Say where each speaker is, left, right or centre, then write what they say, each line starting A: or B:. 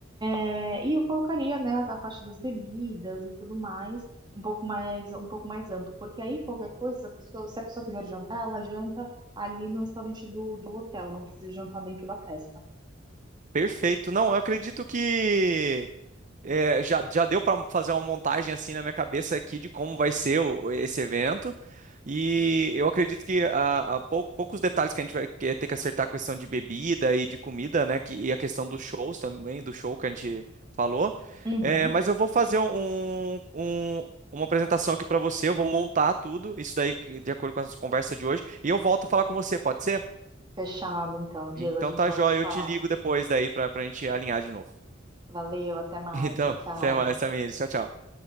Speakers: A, on the right; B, on the right.
A: É, e eu colocaria, né, a, a parte das bebidas e tudo mais, um pouco mais, um pouco mais amplo, porque aí qualquer coisa, a pessoa, se a pessoa quiser jantar, ela janta ali no restaurante do, do hotel, não precisa jantar dentro da festa.
B: Perfeito. Não, eu acredito que É, já, já deu para fazer uma montagem assim na minha cabeça aqui de como vai ser o- esse evento. E eu acredito que a, a pou- poucos detalhes que a gente vai que- ter que acertar a questão de bebida e de comida, né? Que, e a questão dos shows também, do show que a gente falou.
A: Uhum.
B: É, mas eu vou fazer um, um- uma apresentação aqui para você, eu vou montar tudo, isso daí que- de acordo com a nossa conversa de hoje, e eu volto a falar com você, pode ser?
A: Fechado, então, Diego,
B: Então
A: a gente
B: tá,
A: volta
B: joia,
A: a se
B: eu
A: falar.
B: te ligo depois daí para a gente alinhar de novo.
A: Valeu, até mais,
B: <laughs> Então,
A: tchau, tchau.
B: até mais, Samir. Tchau, tchau.